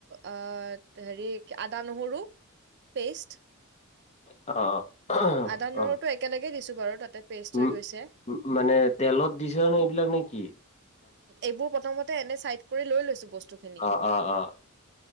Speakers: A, on the right (about 50°); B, on the left (about 30°).
A: আ, হেৰি আদা নহৰু পেষ্ট।
B: অ, অ
A: আদা নৰুটো,
B: অ
A: একেলগে দিছোঁ বাৰু, তাতে পেষ্ট
B: উম,
A: হৈ গৈছে।
B: মানে তেলত দিছে নে, এইবিলাক নেকি?
A: এইবোৰ প্ৰথমতে এনে চাইড কৰি লৈ লৈছো, বস্তুখিনি।
B: অ', অ', অ',